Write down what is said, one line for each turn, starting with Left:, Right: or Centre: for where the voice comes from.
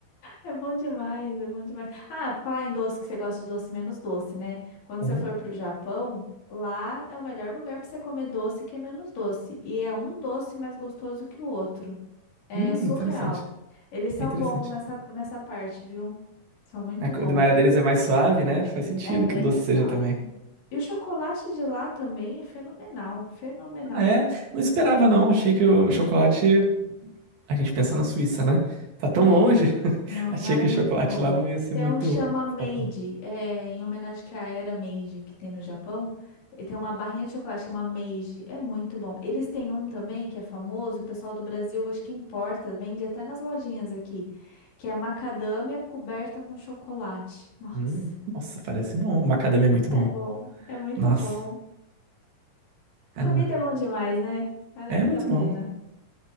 Left: É bom demais, é bom demais. Ah, pra falar em doce, que você gosta de doce menos doce, né? Quando
Right: Uhum.
Left: você for pro Japão, lá é o melhor lugar pra você comer doce que é menos doce. E é um doce mais gostoso que o outro. É
Right: Hum,
Left: surreal.
Right: interessante.
Left: Eles são
Right: É interessante.
Left: bons nessa, nessa parte, viu? São muito
Right: A culinária
Left: bons.
Right: deles é mais suave, né? Faz sentido
Left: É bem
Right: que o doce
Left: mais
Right: seja
Left: suave.
Right: também.
Left: E o chocolate de lá também é fenomenal, fenomenal.
Right: Ah, é? Não esperava, não. Achei que o chocolate A gente pensa na Suíça, né? Tá tão
Left: É.
Right: longe. <laughs>
Left: Não,
Right: Achei
Left: lá é
Right: que
Left: muito
Right: o chocolate
Left: bom.
Right: lá não ia ser
Left: Tem
Right: muito.
Left: um que chama Made,
Right: foco, não.
Left: é, em homenagem que à era Meiji que tem no Japão. E tem uma barrinha de chocolate chama Meiji, é muito bom. Eles têm um também que é famoso, o pessoal do Brasil acho que importa, vende até nas lojinhas aqui, que é macadâmia coberta com chocolate. Nossa,
Right: Hum, nossa, parece bom. O macadamia é muito bom.
Left: é bom, é muito
Right: Nossa,
Left: bom.
Right: caramba.
Left: Comida é bom demais, né? Vale
Right: É
Left: muito
Right: muito
Left: a pena.
Right: bom.